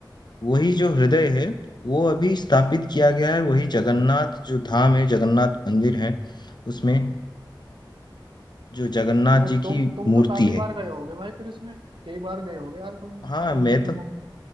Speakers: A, on the left; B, on the right.
A: वही जो हृदय है वो अभी स्थापित किया गया है वही जगन्नाथ जो धाम है जगन्नाथ मंदिर है उसमें जो जगन्नाथ
B: तो
A: जी की
B: तुम तुम
A: मूर्ति
B: तो काफी बार
A: है
B: गए होगे भाई फिर इसमें कई बार गए होगे यार तुम
A: हाँ
B: मतलब
A: मैं
B: इसमें
A: तो
B: घूम